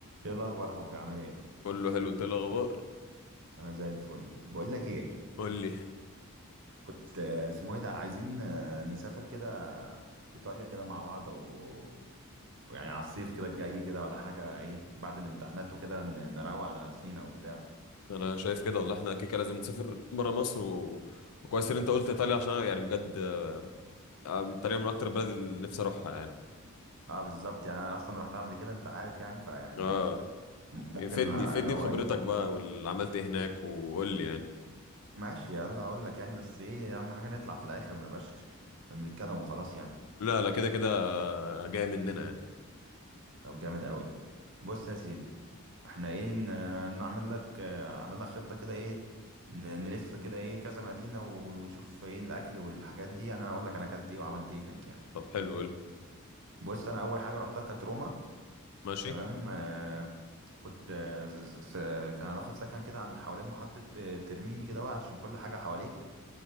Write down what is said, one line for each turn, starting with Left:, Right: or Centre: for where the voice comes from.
Right: ايه الاخبار يا حبي عامل ايه
Left: كله حلو انت ايه الاخبار
Right: انا زي الفل بقول لك ايه
Left: قول لي
Right: كنت آه، اسمه ايه ده عايزين آه، نسافر كده ايطاليا كده مع بعض و... ويعني على الصيف كده الجاي كده ولا حاجه ايه بعد الامتحانات وكده ن- نروق على نفسينا وبتاع
Left: انا شايف كده والله احنا كده كده لازم نسافر بره مصر و... وكويس ان انت قلت ايطاليا عشان أنا يعني بجد آه، ايطاليا من اكتر البلد اللي نفسي اروحها يعني
Right: اه بالظبط يعني انا اصلا رحتها قبل كده انت عارف يعني فيعني
Left: اه
Right: م- ممكن
Left: فدني
Right: آه،
Left: فدني
Right: اللي هو
Left: بخبرتك
Right: ايه
Left: بقى واللي عملت ايه هناك وقول لي يعني
Right: ماشي يلا اقول لك يعني بس ايه اهم حاجه نطلع في الاخر ما نبقاش بنتكلم وخلاص يعني
Left: لا لا كده كده جاي مننا يعني
Right: طب جامد قوي بص يا سيدي احنا ايه ن- نعمل لك اه، اعمل لك خطة كده ايه ن- نلف كده ايه كذا مدينة و- ونشوف ايه الاكل والحاجات دي انا هقول لك انا اكلت ايه وعملت ايه هناك يعني
Left: طب حلو قول
Right: بص انا اول حاجة رحتها كانت روما
Left: ماشي
Right: تمام اه، كنت اه، س- س- كان هناخد سكن كده عند حوالين محطة اه، ترميني كده اهو عشان كل حاجة حواليك